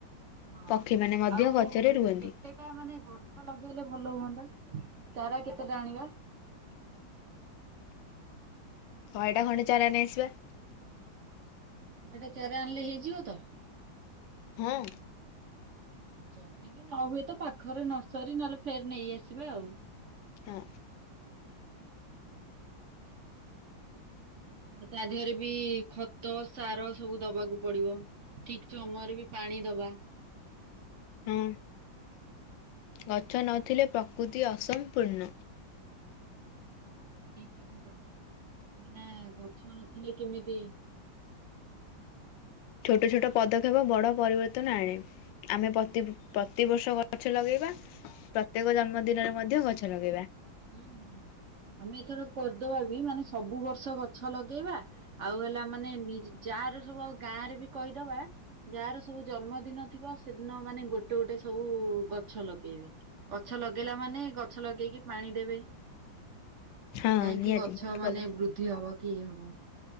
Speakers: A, on the right; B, on the left.
A: ହଁ
B: ପକ୍ଷୀମାନେ ମଧ୍ୟ
A: ଆଉ
B: ଗଛରେ ରୁହନ୍ତି
A: କେତେଟା ମାନେ ଗଛ ଲଗେଇଲେ ଭଲ ହୁଅନ୍ତା? ଚାରା କେତେଟା ଆଣିବା?
B: ଶହେଟା ଖଣ୍ଡେ ଚାରା ନେଇ ଆସିବା।
A: ଶହେ ଟା ଚାରା ଆଣିଲେ ହେଇଯିବ ତ?
B: ହଁ।
A: ଯଦି ବି ନ ହୁଏ ତ ପାଖରେ ନର୍ସରୀ ନଏଲେ ଫେର୍ ନେଇ ଆସିବା ଆଉ।
B: ହଁ।
A: ତା ଧିଏରେ ବି ଖତ ସାର ସବୁ ଦବାକୁ ପଡ଼ିବ। ଠିକ୍ ଚମୟରେ ବି ପାଣି ଦବା।
B: ହଁ ଗଛ ନଥିଲେ ପ୍ରକୃତି ଅସମ୍ପୂର୍ଣ୍ଣ।
A: ହ ଠିକ କଥା କହିଲେ ମାନେ ଗଛ ନଥିଲେ କେମିତି। <inaudible>
B: ଛୋଟ ଛୋଟ ପଦକ୍ଷେପ ବଡ଼ ପରିବର୍ତ୍ତନ ଆଣେ ଆମେ ପତି ପ୍ରତିବର୍ଷ ଗଛ ଲଗେଇବା। ପ୍ରତେକ ଜନ୍ମ ଦିନରେ ମଧ୍ୟ ଗଛ ଲଗେଇବା।
A: ହୁଁ ହୁଁ। ଆମେ ଏଥର କରି ଦବା ବି ମାନେ ସବୁ ବର୍ଷ ଗଛ ଲଗେଇବା ଆଉ ହେଲା ମାନେ ନି ଯା ଆରେ ସବୁ ଆଉ ଗାଁ ରେ ବି କହିଦବା। ଯାଆର ସବୁ ଜନ୍ମଦିନ ଥିବ ସେଦିନ ମାନେ ଗୋଟେ ଗୋଟେ ସବୁ ଗଛ ଲଗେଇବେ। ଗଛ ଲଗେଇଲା ମାନେ ଗଛ ଲଗେଇକି ପାଣିଦେବେ।
B: ହଁ
A: ଜାଇଁକି
B: ନିହାତି
A: ଗଛ
B: ବହୁତ
A: ମାନେ
B: ଭଲ
A: ବୃଦ୍ଧିହବ କି ଇଏ ହବ।